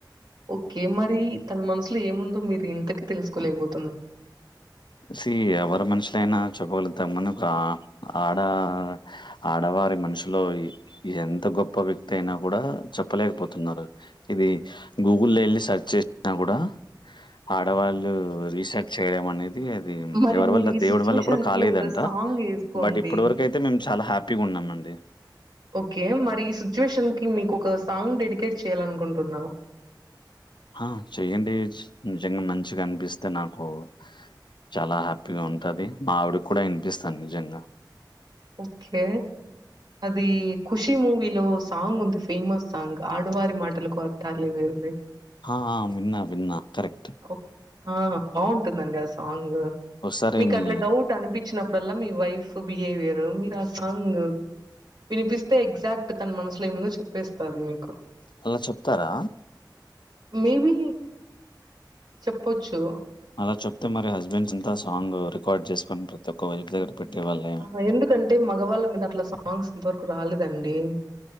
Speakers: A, on the right; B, on the left.
A: ఓకే మరి తన మనసులో ఏముందో మీరు ఇంతకి తెలుసుకోలేకపో
B: సి ఎవరి మనుషులైనా చెప్పగలుగు తం మనకు ఆ ఆడా ఆడవారి మనుషులో ఎంత గొప్ప వ్యక్ తి అయినా కూడ చెప్పలేక పోతున్నారు ఇది గూగుల్లో వెళ్ళి సెర్చ్ చేసినా కూడా ఆడవాళ్ళు రీసెర్చ్ చేయడం అనేది అది అది
A: మరి
B: ఎవరి
A: మీరు
B: వల్ల
A: ఈ
B: దేవుడి
A: సిట్యుయేషన్‌కి
B: వల్ల కూడ కాలేదంట,
A: ఒక సాంగ్ ఏసుకోండి.
B: బట్ ఇప్పటి వరకు అయితే మేము చాలా హ్యాపీగా ఉన్ నమ్మండి
A: ఓకే మరి ఈ సిచ్యుయేషన్ కి మీకు ఒక సాంగ్ డెడికేట్ చేయ్యాలనుకుంటున్నా
B: హాఁ చెయ్యండి నిజంగా మంచిగా అనిపిస్తే నాకు చాల హ్యాపీగా ఉంటాది మా ఆవిడి కూడ వినిపిస్తాను నిజంగా.
A: ఓకే అది ఖుషీ మూవీలో సాంగ్ ఉంది ఫేమస్ సాంగ్ ఆడువారి మాటలకు అర్థాలే వేరులే
B: ఆ ఆ, విన్నా విన్నా కరెక్ట్
A: ఓక్ ఆఁ బాగుంటుందండి ఆ సాంగు
B: ఒకసారి
A: మీకు
B: మీ
A: అట్ల డౌట్ అనిపించినప్పు ఇప్పుడలా మీ వైఫ్ బిహేవయరు మీరు ఆసాంగ్ వినిపిస్తే ఎగ్జాక్ట్ తన మనసులో ఏముందో చెప్పేస్తాది మీకు
B: అలా చెప్తారా
A: మేబి చెప్పొచ్చు
B: అలా చెప్తే మరి హస్బెండ్స్ అంతా సాంగ్ రికార్డ్ చేసుకుని ప్రతి ఒక్క వైఫ్ దగ్గర పెట్టేవాళ్ళే
A: ఆ ఎందుకంటే మగవాళ్ళ మీద అట్లా సాంగ్స్ ఇంతవరకు రాలేదండి